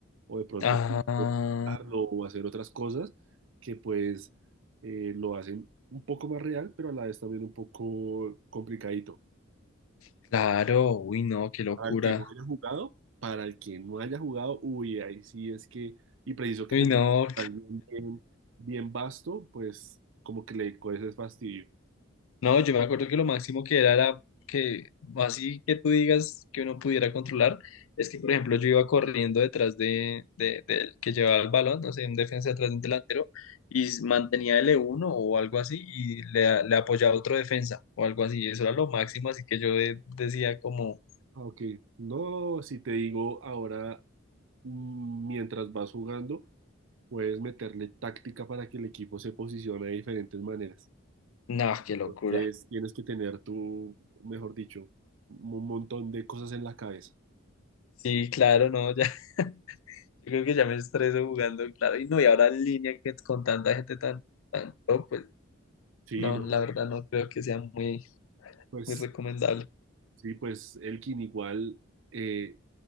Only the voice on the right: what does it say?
o de pronto
darlo o hacer otras cosas que pues eh, lo hacen un poco más real, pero a la vez también un poco complicadito.
Para el que no haya jugado, para el que no haya jugado, uy, ahí sí es que, y preciso que
te
toque jugar bien, bien, bien vasto, pues como que le coges es fastidio.
Ah, ok. no, si te digo ahora, mm, mientras vas jugando, puedes meterle táctica para que el equipo se posicione de diferentes maneras.
Entonces tienes que tener tú, mejor dicho, un montón de cosas en la cabeza.
Sí,
no,
pues
sí, pues Elkin igual. eh,